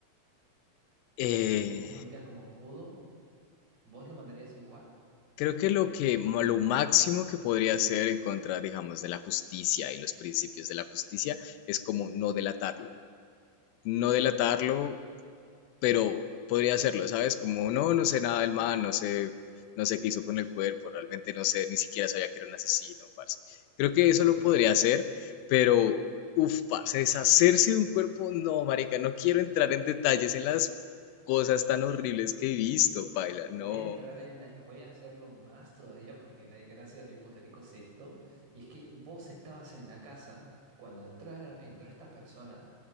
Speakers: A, on the right; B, on the left.
A: y,
B: Eh,
A: y defendió a su familia como pudo, ¿vos lo mandarías igual?
B: creo que lo que, ma- lo máximo que podría hacer en contra, digamos, de la justicia y los principios de la justicia es como no delatarlo. No delatarlo pero podría hacerlo, ¿sabes? Como, no, no sé nada del man, no sé, no sé qué hizo con el cuerpo, realmente no sé, ni siquiera sabía que era un asesino, parce. Creo que eso
A: Ok.
B: lo podría hacer, pero, uff, parce, deshacerse de un cuerpo, no, marica, no quiero entrar en detalles en las cosas tan horribles que he visto, paila,
A: Voy
B: no.
A: a entrar en, voy a hacerlo más todavía porque la gracia de lo hipotético es esto, y es que vos estabas en la casa cuando entraron, entró esta persona